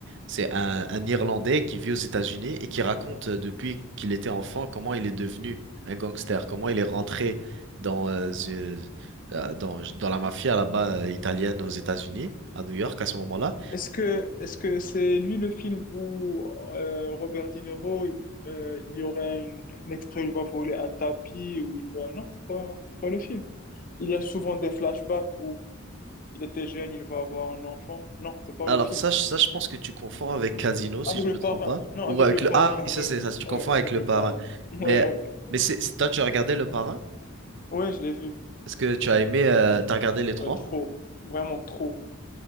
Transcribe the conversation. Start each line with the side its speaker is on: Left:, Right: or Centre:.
Right: c'est un, un Irlandais qui vit aux États-Unis et qui raconte euh, depuis qu'il était enfant comment il est devenu un gangster, comment il est rentré dans, euh, ze- euh, dans, dans la mafia là-bas euh, italienne aux États-Unis, à New York à ce moment-là.
Left: Est-ce que est-ce que c'est lui le film où euh, Robert De Niro, il, euh, il y aurait un, un extrait où il va voler un tapis, où il va... Non, c'est pas, c'est pas le film. Il y a souvent des flashbacks où il était jeune, il va avoir un enfant. Non, c'est pas
Right: Alors
Left: le film.
Right: ça, je- ça, je pense que tu confonds avec Casino, si
Left: Avec
Right: je
Left: le
Right: me trompe
Left: parrain.
Right: pas.
Left: Non,
Right: Ou
Left: avec
Right: avec
Left: le
Right: le...
Left: parrain,
Right: Ah oui,
Left: ouais,
Right: ça, c'est ça, tu
Left: ouais,
Right: confonds
Left: ouais,
Right: avec
Left: avec
Right: le
Left: le
Right: parrain.
Left: parrain. <laughs>
Right: Mais,
Left: Ouais, avec
Right: mais c'est, c'est- toi, tu as regardé le parrain?
Left: Ouais, je l'ai vu.
Right: Est-ce que tu as aimé, euh, t'as regardé les trois?
Left: Ouais, trop. Vraiment trop.